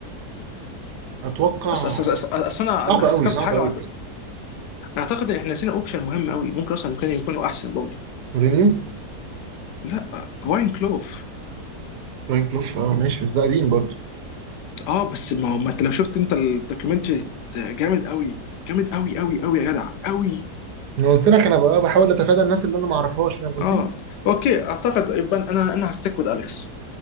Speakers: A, on the right; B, on the left.
A: اتوقع
B: أص أص أص أص أص أنا
A: صعب
B: أنا افتكرت
A: قوي صعب
B: حاجة
A: قوي
B: وعد-
A: بجد
B: أنا أعتقد إن إحنا نسينا أوبشن مهم قوي ممكن أصلا ممكن يكونوا أحسن برضه
A: مورينيو
B: لا براين كلوف
A: فرانك كلوف اه ماشي بس ده قديم برضه
B: أه بس ما هو ما أنت لو شفت أنت الدوكيومنتري ده جامد قوي جامد قوي قوي قوي يا جدع قوي
A: انا قلت لك انا بقى بحاول اتفادى الناس اللي انا ما اعرفهاش فاهم قصدي
B: أه أوكي أعتقد يبقى أنا أنا هستيك وذ أليكس